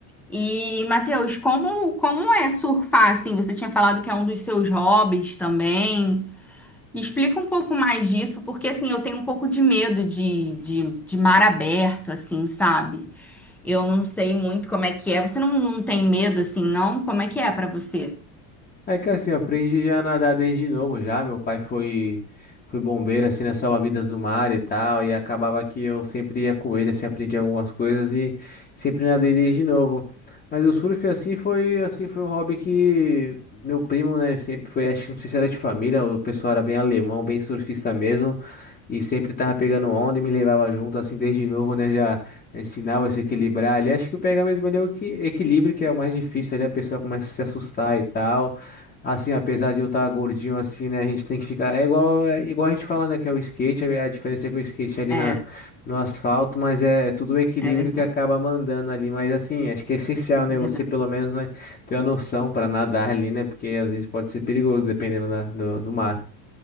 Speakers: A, in the centre; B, on the left.
A: E, Matheus, como, como é surfar assim? Você tinha falado que é um dos seus hobbies também. Explica um pouco mais disso, porque assim, eu tenho um pouco de medo de, de, de mar aberto, assim, sabe? Eu não sei muito como é que é. Você não, não tem medo assim, não? Como é que é pra você?
B: É que assim, eu aprendi já a nadar desde novo já. Meu pai foi foi bombeiro assim nas salva-vidas do mar e tal, e acabava que eu sempre ia com ele, assim, aprendi algumas coisas e sempre nadei desde novo. Mas o surf assim foi assim foi um hobby que meu primo, né, sempre foi, acho, não sei se era de família, o pessoal era bem alemão, bem surfista mesmo. E sempre tava pegando onda e me levava junto, assim, desde novo, né? Já ensinava a se equilibrar ali. Acho que o pegar mesmo ali é o que, equilíbrio, que é o mais difícil ali, a pessoa começa a se assustar e tal. Assim, apesar de eu estar gordinho assim, né, a gente tem que ficar. É igual, é igual a gente fala, né, que é o skate, é a diferença é que o skate é ali
A: É,
B: na, no asfalto, mas é, é tudo o equilíbrio
A: é verdade,
B: que acaba mandando ali. Mas assim, acho que é essencial, né,
A: verdade,
B: você pelo menos, né, ter a noção para nadar ali, né, porque às vezes pode ser perigoso dependendo da- do, do mar.